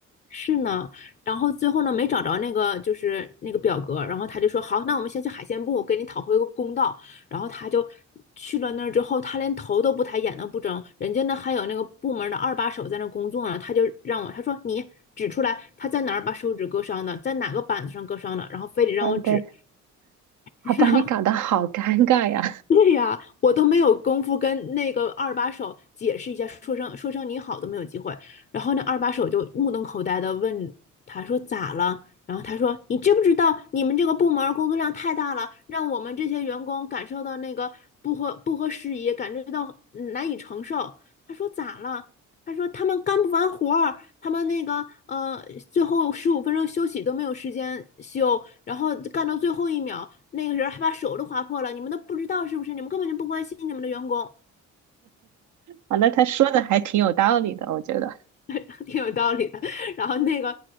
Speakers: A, on the left; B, on the right.
A: 是呢，然后最后呢没找着那个就是那个表格，然后他就说好，那我们先去海鲜部，我给你讨回个公道。然后他就去了那儿之后，他连头都不抬，眼都不睁，人家那还有那个部门的二把手在那工作呢，他就让我，他说你指出来他在哪儿把手指割伤的，在哪个板子上割伤的，然后非得让我指，
B: 我的，
A: <laughs>
B: 好把你搞得好尴尬呀。
A: 然后 <laughs> 对呀，我都没有功夫跟那个二把手解释一下，说声说声你好都没有机会。然后那二把手就目瞪口呆的问他说咋了？然后他说你知不知道你们这个部门儿工作量太大了，让我们这些员工感受到那个不合不合时宜，感觉到嗯难以承受。他说咋了？他说他们干不完活儿，他们那个呃，最后十五分钟休息都没有时间休，然后干到最后一秒，那个人还把手都划破了，你们都不知道是不是？你们根本就不关心你们的员工。
B: 啊，那他说的还挺有道理的，我觉得。
A: <laughs> 挺有道理的。然后那个